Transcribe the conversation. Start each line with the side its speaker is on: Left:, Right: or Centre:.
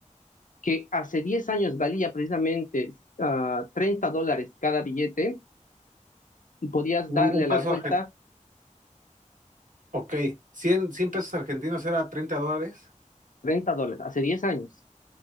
Left: que hace 10 años valía precisamente ah, 30 dólares cada billete y podías darle
Right: Un, un peso
Left: la vuelta
Right: argentino. Ok. Cien, cien pesos argentinos era 30 dólares.
Left: 30 dólares, hace 10 años.